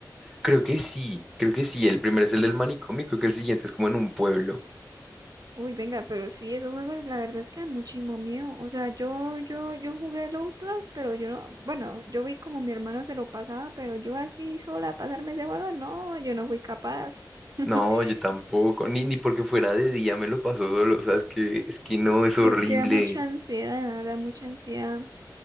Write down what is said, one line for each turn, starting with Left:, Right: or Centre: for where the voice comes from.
Centre: Creo que sí, creo que sí. El primero es el del manicomio, y creo que el siguiente es como en un pueblo.
Right: Uy, venga, pero sí, esos juegos la verdad es que dan muchísimo miedo. O sea, yo, yo, yo jugué el Outlast, pero yo no, bueno, yo vi como mi hermano se lo pasaba, pero yo así sola pasarme ese juego, no, yo no fui capaz. <laughs>
Centre: No, yo tampoco, ni, ni porque fuera de día me lo paso solo, o sea, es que, es que no, es horrible.
Right: Es que da mucha ansiedad, da mucha ansiedad.